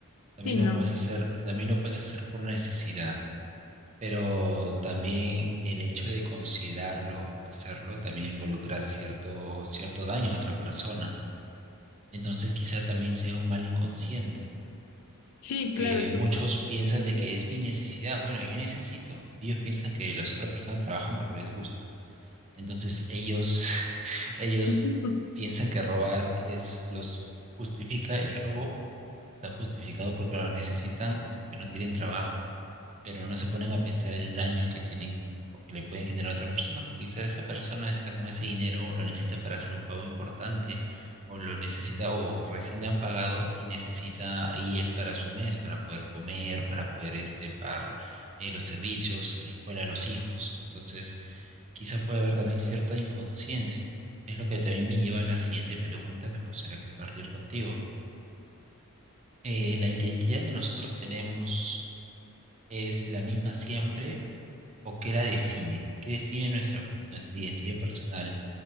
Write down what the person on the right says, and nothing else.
también
lo puedes hacer, también lo puedes hacer por necesidad, pero también el hecho de considerarlo, hacerlo, también involucra cierto, cierto daño a otra persona. Entonces quizá también sea un mal inconsciente,
porque
muchos piensan de que es mi necesidad, bueno, yo necesito, ellos piensan que las otras personas trabajan porque les gusta. Entonces ellos, <laughs> ellos
piensan que robar es, los justifica el robo, está justificado porque lo necesitan o porque no tienen trabajo, pero no se ponen a pensar el daño que tienen o que le pueden generar a otras personas, porque quizá esa persona está con ese dinero o lo necesita para hacer un pago importante, o lo necesita, o recién le han pagado y necesita, y es para su mes, para poder comer, para poder este, pagar eh, los servicios, la escuela a los hijos. Entonces, quizá puede haber también cierta inconsciencia. Es lo que también me lleva a la siguiente pregunta que me gustaría compartir contigo. Eh, ¿la identidad que nosotros tenemos es la misma siempre o qué la define? ¿Qué define nuestra, nuestra identidad personal?